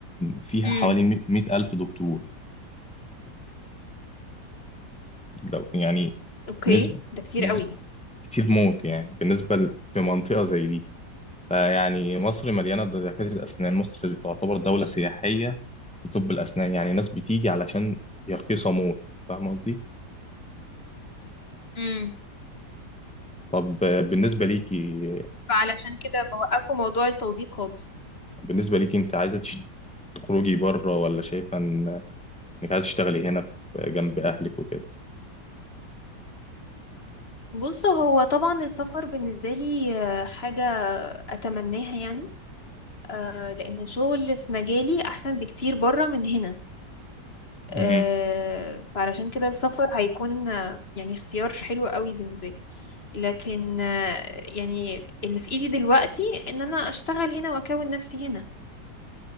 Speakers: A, in the centre; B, on the left (about 35°).
A: فيها
B: امم
A: حوالي مئة ألف دكتور لو يعني
B: اوكي
A: نسب
B: ده كتير
A: نسب
B: قوي
A: كتير موت يعني بالنسبة ل- في منطقة زي دي فيعني مصر مليانة دكاترة أسنان مصر تعتبر دولة سياحية في طب الأسنان يعني ناس بتيجي علشان هي رخيصة موت فاهم قصدي؟
B: امم
A: طب آه، بالنسبة ليكي
B: فعلشان كده بوقفوا موضوع التوظيف خالص
A: بالنسبة ليكي أنت عايزة تش- تخرجي بره ولا شايفة إن- إنك عايزة تشتغلي هنا في- جنب أهلك وكده؟
B: بص هو طبعا السفر بالنسبة لي آه، حاجة أتمناها يعني آه، لأن الشغل في مجالي أحسن بكتير برا من هنا آه،
A: مهم.
B: فعلشان كده السفر هيكون آه، يعني اختيار حلو قوي بالنسبة لي لكن آه، يعني اللي في ايدي دلوقتي ان انا اشتغل هنا واكون نفسي هنا